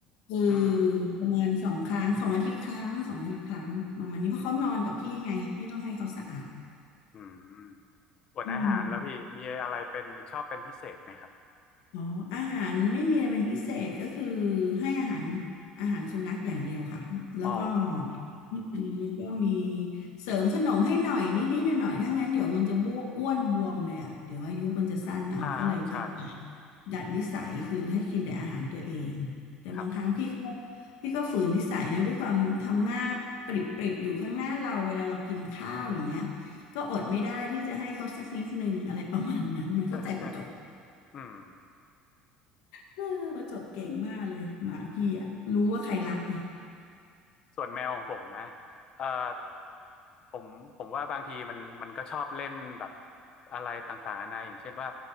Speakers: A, on the left; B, on the left.
A: คือ
B: อืม
A: ประมาณสองครั้งสองอาทิตย์ครั้งสองอาทิตย์ครั้งประมาณนี้เพราะเขานอนกับพี่ไงพี่ต้องให้เขาสะอาด
B: อืมส่วนอาหารแล้วพี่มีอะไรเป็นชอบเป็นพิเศษไหมครับ
A: อืม อ๋ออาหารไม่มีอะไรเป็นพิเศษก็คือให้อาหารอาหารสุนัขอย่างเดียวค่ะแล้วก็
B: อ๋อ
A: นี่คือก็มีเสริมขนมให้หน่อยนิดนิดหน่อยหน่อยๆถ้างั้นเดี๋ยวมันจะบ้วอ้วนบวมเลยอ่ะเดี๋ยวอายุมันจะสั้นเอาก็เลยพยายาม
B: อ่าใช่
A: ดัดนิสัยคือให้กินแต่อาหารตัวเองแต่บางครั้งพี่ก็
B: ครับ
A: พี่ก็ฝืนนิสัยนะด้วยความทำหน้าปริบปริบอยู่ข้างหน้าเราเวลาเรากินข้าวอย่างเงี้ยก็อดไม่ได้ที่จะให้เขาสักนิดนึงอะไรประมาณนั้นมันก็ใจประจบ
B: <laughs> ครับอืม
A: เออประจบเก่งมากเลยหมาพี่อ่ะรู้ว่าใครรักไง
B: ส่วนแมวของผมนะเอ่อ ผมผมว่าบางทีมันมันก็ชอบเล่นแบบอะไรต่างๆนานาอย่างเช่นว่า